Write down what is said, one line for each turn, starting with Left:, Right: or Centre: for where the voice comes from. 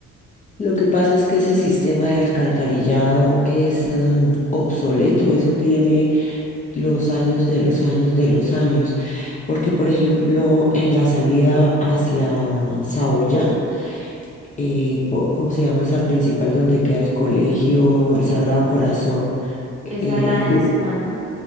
Left: Lo que pasa es que ese sistema de alcantarillado es mm, obsoleto, eso tiene los años de los años de los años, porque por ejemplo en la salida hacia Saoya, eh, po- ¿cómo se llama esa principal donde queda el colegio, el Sagrado Corazón? E,
Right: Esa
Left: Eh,
Right: es la décima,
Left: Ju-
Right: ¿no?